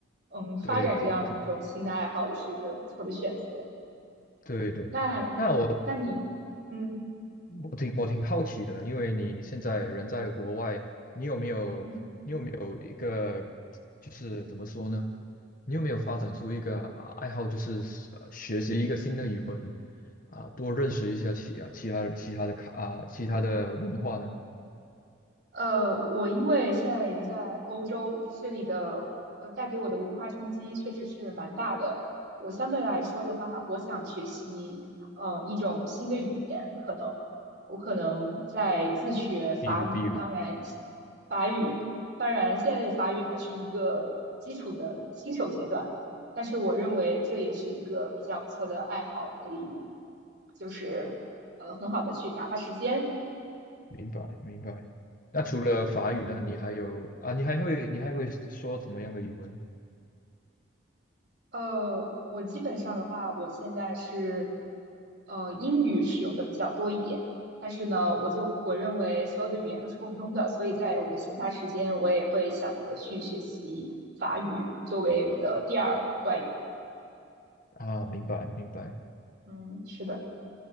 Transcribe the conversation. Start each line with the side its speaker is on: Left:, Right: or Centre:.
Right: 嗯，发展这样一种新的爱好也是一个不错的选择。
Left: 对对对。对对，
Right: 那，
Left: 那我
Right: 那你，嗯
Left: 我挺我挺好奇的，因为你现在人在国外，
Right: 嗯。
Left: 你有没有你有没有一个
Right: 嗯。
Left: 就是怎么说呢？你有没有发展出一个啊爱好，就是呃学习一个新的语文啊，多认识一下其啊其他其他的卡啊其他的文化呢？
Right: 呃，我因为现在人在欧洲，这里的呃带给我的文化冲击确实是蛮大的。我相对来说的话，我想学习呃一种新的语言，可能我可能在自学法语，
Left: 比如比如，
Right: 当然法语，当然现在法语还是一个基础的新手阶段，但是我认为这也是一个比较不错的爱好，可以就是呃很好的去打发时间。
Left: 明白明白。那除了法语呢，你还有啊，你还会你还会说怎么样的语文
Right: 呃，我基本上的话，我现在是呃英语使用的比较多一点，但是呢，我做我认为所有的语言都是共通的，所以在我的闲暇时间，我也会想着去学习法语作为我的第二外语。
Left: 啊？明白明白。
Right: 嗯，是的，